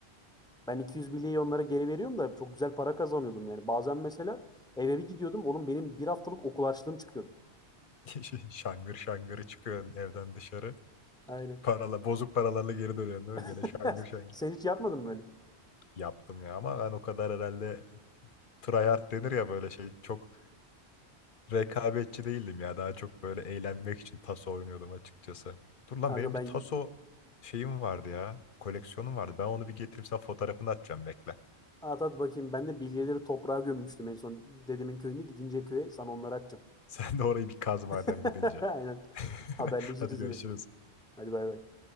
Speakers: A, in the centre; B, on the left.
A: Ben 200 bilyeyi onlara geri veriyorum da çok güzel para kazanıyordum yani. Bazen mesela eve bir gidiyordum. Oğlum benim bir haftalık okul harçlığım çıkıyordu.
B: <laughs> Şangır şangırı çıkıyorsun evden dışarı.
A: Aynen.
B: Parala, bozuk paralarla geri dönüyorsun değil
A: <laughs>
B: mi? Gene şangır şangır.
A: Sen hiç yapmadın mı böyle?
B: Yaptım ya ama ben o kadar herhalde tryhard denir ya böyle şey. Çok rekabetçi değildim ya. Daha çok böyle eğlenmek için taso oynuyordum açıkçası. Dur lan
A: Kanka
B: benim
A: ben
B: bir taso şeyim vardı ya. Koleksiyonum vardı. Ben onu bir getireyim sana fotoğrafını atacağım bekle.
A: At at bakayım. Ben de bilyeleri toprağa gömmüştüm en son. Dedemin köyünde gidince köye sana onları atacağım.
B: <laughs> Sen de orayı bir kaz madem
A: <laughs>
B: gidince.
A: Aynen.
B: <laughs>
A: Haberleşiriz
B: Hadi görüşürüz.
A: yine. Hadi bay bay.